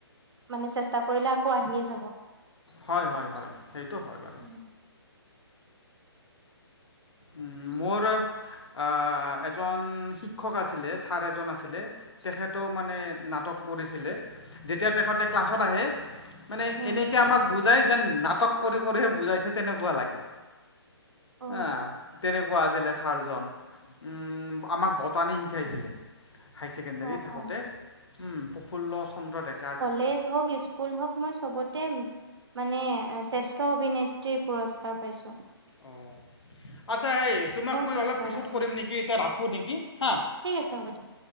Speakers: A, on the right; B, on the left.
A: মানে চেষ্টা কৰিলে আকৌ আহিয়ে যাব।
B: হয়, হয়, হয়। সেইটো হয় বাৰু।
A: <inaudible>
B: উম, মোৰ আ এজন শিক্ষক আছিলে, ছাৰ এজন আছিলে। তেখেতো মানে নাটক কৰিছিলে। যেতিয়া তেখেতে ক্লাছত আহে মানে
A: উম,
B: এনেকে আমাক বুজাই যেন নাটক কৰি কৰিহে বুজাইছে তেনেকুৱা লাগে।
A: অ',
B: আ তেনেকুৱা আছিলে ছাৰজন। উম আমাক বটানি শিকাইছিলে। হাই ছেকেণ্ডাৰী
A: অ',
B: থাকোতে।
A: অ',
B: উম প্ৰফুল্ল চন্দ্ৰ ডেকা আছ
A: ফেচবুক ইউজ কুল হক মই চবতে মানে শ্ৰেষ্ঠ অভিনেত্ৰী পুৰস্কাৰ পাইছো।
B: অ' আচ্ছা, এই তোমাক মই
A: শ্ৰেষ্ঠ
B: অলপ পিছত কৰিম
A: উম,
B: নেকি এতিয়া ৰাখোঁ নেকি হা।
A: ঠিক আছে হ'ব দিয়ক।